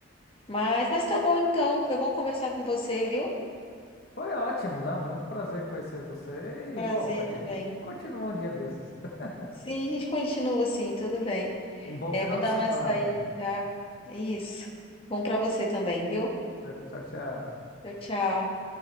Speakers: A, on the left; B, on the left.
A: Mas, mas tá bom então. Foi bom conversar com você, viu?
B: Foi ótimo, né? Muito prazer conhecer você.
A: Prazer
B: E, bom, a gente
A: também.
B: continua um dia desses. <laughs>
A: Sim, a gente continua assim, tudo bem.
B: Um bom
A: É,
B: final
A: vou dar
B: de semana.
A: uma saída já. Isso. Bom pra você também, viu?
B: Tchau, tchau.
A: Tchau, tchau.